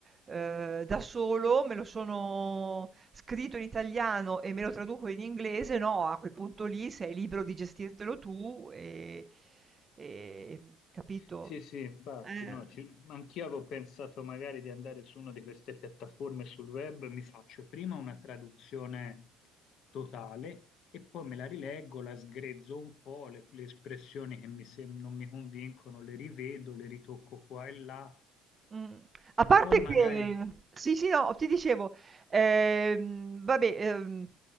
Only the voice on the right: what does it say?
eh, da solo, me lo sono scritto in italiano e me lo traduco in inglese, no, a quel punto lì sei libero di gestirtelo tu e, e- capito?
Eh,
Mh. A
parte
che sì, sì, no, ti dicevo, ehm, vabbè, ehm,